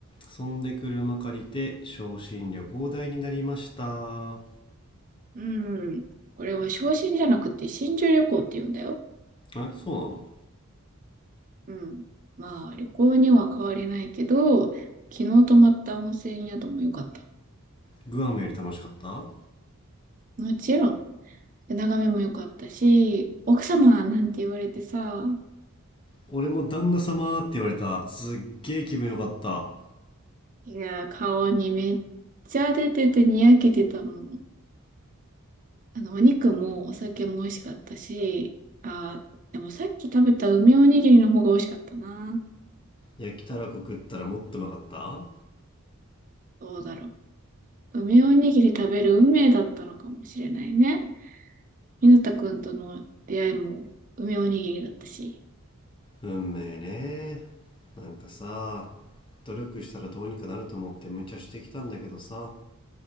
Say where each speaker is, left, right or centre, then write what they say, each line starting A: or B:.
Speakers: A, on the left (about 20°); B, on the right (about 35°).
A: そんで車借りて昇進旅行代になりました
B: うん。これは昇進じゃなくて新住旅行って言うんだよ。
A: えそうなの
B: うん。まあ、旅行には変わりないけど、昨日泊まった温泉宿も良かった。
A: グアムより楽しかった
B: もちろん、眺めも良かったし、奥様なんて言われてさ、
A: 俺も旦那様って言われたすっげえ気分よかった
B: いや、顔にめっちゃ出ててにやけてたもん。あの、お肉もお酒も美味しかったし、あー、でもさっき食べた梅おにぎりの方が美味しかったな。
A: 焼きたらこ食ったらもっとうまかった
B: どうだろう。梅おにぎり食べる運命だったのかもしれないね。ひなたくんとの出会いも梅おにぎりだったし。
A: 運命ねなんかさ努力したらどうにかなると思って無茶してきたんだけどさ